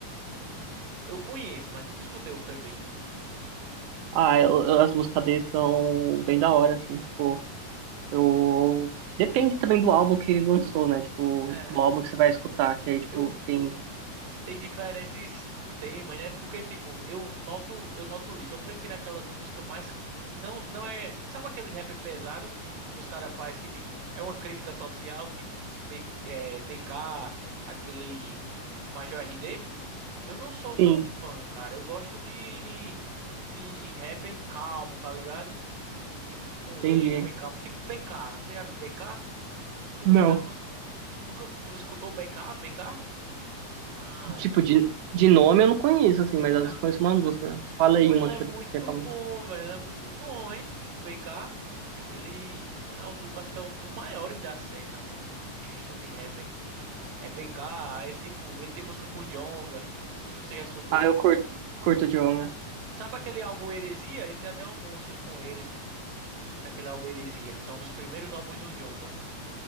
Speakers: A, on the right (about 80°); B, on the right (about 65°).
A: Hum, eu conheço, mas nunca escutei o Febem.
B: Ah, eu- eu- as músicas dele são bem da hora, assim, tipo, eu. Depende também do álbum que ele lançou, né? Tipo,
A: É,
B: do álbum que você vai escutar, que aí, tipo,
A: eu
B: tem.
A: tem diferentes temas, né? Porque tipo, eu noto, eu noto isso. Eu prefiro aquelas músicas mais não não é, sabe aqueles rap pesado que os caras faz que tipo, é uma crítica social, tipo B, é, DK, aquele Major R D. Eu não sou tão
B: Sim,
A: fã, cara. Eu gosto de, de, de rapper calmo, tá ligado? Tipo, com letra,
B: entendi.
A: bem calmo. Tipo BK. Você já viu BK? Pô,
B: Não.
A: tu, Nunca fu- escutou BK? BK? Cara,
B: Tipo,
A: tu...
B: de, de nome eu não conheço, assim, mas eu
A: tá-
B: conheço uma música. Fala
A: Pô,
B: aí
A: ele
B: uma
A: é
B: que
A: muito
B: é, que é famosa.
A: bom, velho. Ele é muito bom, hein? O BK, ele é um do... acho que é um dos maiores da cena, velho. Em questão de rapper. É BK, ele tipo, ele tem música com Djonga. Não sei se você já escutou.
B: Ah, eu curto, curto de onda.
A: Sabe aquele álbum Heresia? Ele tem até uma música com ele, naquele álbum Heresia, que é um dos primeiros álbuns do Djonga.